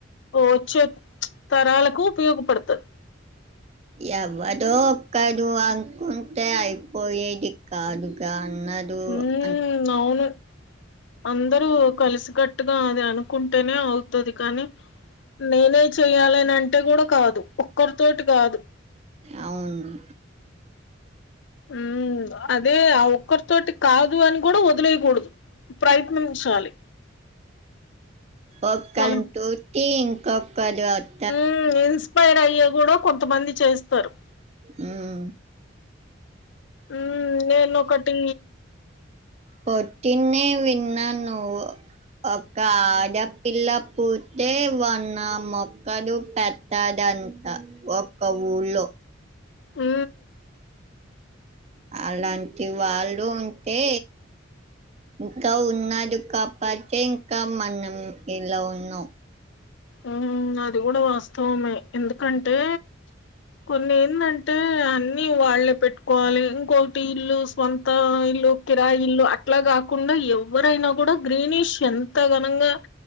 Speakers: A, on the left; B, on the right.
A: వచ్చే తరాలకు ఉపయోగపడుతది
B: ఎవడో ఒక్కడు అనుకుంటే అయిపోయేది కాదుగా అన్నది
A: హ్మ్
B: అంట
A: అవును అందరూ కలిసికట్టుగా అది అనుకుంటేనే అవుతది కానీ నేనే చెయ్యాలని అంటే కూడా కాదు ఒక్కరితోటి కాదు
B: అవును
A: ఉ అదే ఆ ఒక్కరితోటి కాదు అని కూడా వదిలేయకూడదు కూడదు ప్రయత్నించాలి
B: ఒకరిని
A: మనం
B: <unintelligible>
A: ఉ ఇన్స్పైర్ అయ్యి కూడా కొంతమంది చేస్తారు
B: హూమ్
A: ఉ నేను ఒకటి
B: పొద్దున్నే విన్నాను ఒక ఆడపిల్ల పుడితే వన్న మొక్కడు పెట్ట తదంతా ఒక్క ఊళ్ళో
A: ఉ
B: అలాంటి వాళ్ళు ఉంటే ఇంకా ఉన్నారుడు కాబట్టె ఇంకా మనం ఇలా ఉన్నాం
A: ఉ అది కూడా వాస్తవమే ఎందుకంటే కొన్ని ఏందంటే అన్నిీ వాళ్లే పెట్టుకోవాలి ఇంకొకటి ఇల్లు సొంత ఇల్లు కిరాయి ఇల్లు అట్లాగగా కాకుండా ఎవరైనా కూడా గ్రీనిష్ ఎంత ఘనంగా